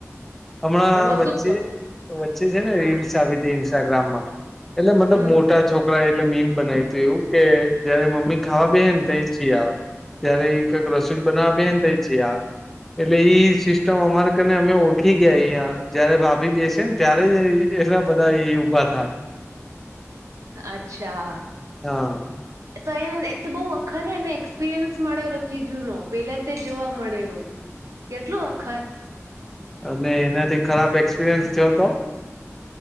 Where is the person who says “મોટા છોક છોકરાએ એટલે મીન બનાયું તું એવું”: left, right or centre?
Centre